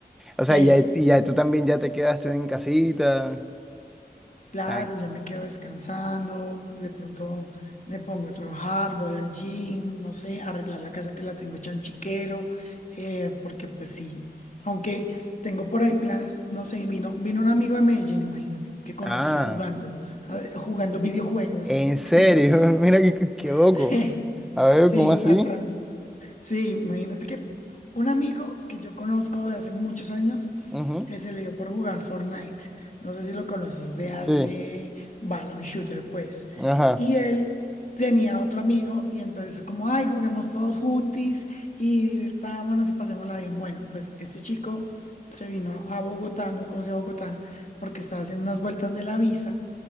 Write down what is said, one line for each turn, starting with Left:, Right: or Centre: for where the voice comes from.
Centre: O sea,
Left: eso.
Centre: ya, y ya tú también ya te quedas tú en casita.
Left: Claro,
Centre: tran-
Left: ya me quedo descansando, de pronto me pongo a trabajar, voy al gym, no sé, arreglar la casa que la tengo hecha un chiquero, eh, porque pues sí, aunque tengo por ahí planes, no sé, vino, vino un amigo de Medellín, imagínate, que conocí
Centre: Ah,
Left: jugando, a- jugando videojuegos.
Centre: en serio,
Left: <laughs>
Centre: <laughs> mira qué, qué- qué loco.
Left: Sí,
Centre: A ver,
Left: sí,
Centre: ¿cómo así?
Left: atrás. Sí, imagínate que un amigo que yo conozco de hace muchos años
Centre: Ujú,
Left: que se le dio por jugar Fortnite. No sé si lo conoces, de darse
Centre: Sí,
Left: bala, un shooter, pues.
Centre: ajá.
Left: Y él tenía otro amigo y entonces como, ay, juguemos todos juntis y divirtámonos y pasémosla bien. Bueno, pues este chico se vino a Bogotá, no conocía Bogotá, porque estaba haciendo unas vueltas de la visa.